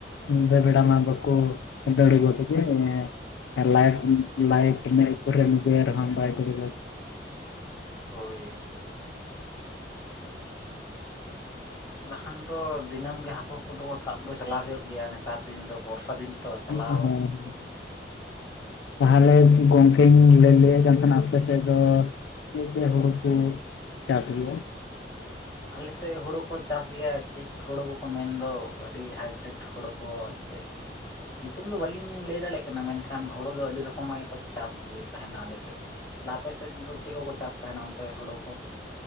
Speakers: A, on the left (about 85°); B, on the left (about 20°).
A: ᱧᱤᱫᱟᱹ ᱵᱮᱲᱟ ᱢᱟ ᱵᱟᱠᱚ ᱫᱟᱹᱲ ᱜᱚᱫᱽ ᱜᱮ ᱢᱟᱱᱮ ᱞᱟᱭᱤᱴ ᱞᱟᱭᱤᱴ ᱩᱱᱤᱭᱟᱜ ᱥᱩᱨ ᱨᱮᱢ ᱤᱫᱤᱭᱟᱭ ᱨᱮᱦᱚᱸ ᱵᱟᱭ ᱫᱟᱹᱲ <inaudible>
B: ᱦᱳᱭ᱾ ᱵᱟᱠᱷᱟᱱ ᱫᱚ ᱫᱤᱱᱟᱹᱢ ᱜᱮ ᱦᱟᱹᱠᱩ ᱠᱚᱫᱚ ᱠᱚ ᱥᱟᱵ ᱫᱚ ᱪᱟᱞᱟᱣ ᱦᱩᱭᱩᱜ ᱜᱮᱭᱟ ᱱᱮᱛᱟᱨ ᱫᱤᱱ ᱫᱚ ᱵᱚᱨᱥᱟ ᱫᱤᱱ ᱛᱚ᱾
A: <inaudible>
B: ᱪᱟᱞᱟᱣ
A: ᱛᱟᱦᱚᱞᱮ ᱜᱚᱝᱠᱮᱧ ᱞᱟᱹᱭ ᱞᱟᱹᱭᱮᱜ ᱠᱟᱱ ᱛᱟᱦᱮᱱᱟ ᱟᱯᱮ ᱥᱮᱫ ᱫᱚ ᱪᱮᱫ ᱪᱮᱫ ᱦᱩᱲᱩ <inaudible> ᱪᱟᱥ ᱜᱮᱭᱟ?
B: ᱟᱞᱮ ᱥᱮᱫ ᱦᱳᱲᱳ ᱠᱚ ᱪᱟᱥ ᱜᱮᱭᱟ ᱪᱮᱫ ᱦᱩᱲᱩ ᱠᱚᱠᱚ ᱢᱮᱱᱫᱚ ᱟᱹᱰᱤ ᱦᱟᱭᱵᱨᱤᱰ ᱦᱳᱲᱳ ᱠᱚ ᱪᱮᱫ, ᱧᱩᱛᱩᱢ ᱫᱚ ᱵᱟᱹᱞᱤᱧ ᱞᱟᱹᱭ ᱫᱟᱲᱮᱭᱟᱜ ᱠᱟᱱᱟ ᱢᱮᱱᱠᱷᱟᱱ ᱦᱳᱲᱳ ᱫᱚ ᱟᱹᱰᱤ ᱨᱚᱠᱚᱢᱟᱜ ᱜᱮᱠᱚ ᱪᱟᱥ ᱜᱮ ᱛᱟᱦᱮᱸᱱᱟ ᱟᱞᱮ ᱥᱮᱫ᱾ ᱟᱯᱮ ᱥᱮᱫ ᱫᱚ ᱪᱮᱫ ᱠᱚᱠᱚ ᱪᱟᱥ ᱛᱟᱦᱮᱸᱱᱟ ᱚᱱᱛᱮ ᱦᱳᱲᱳ ᱠᱚ?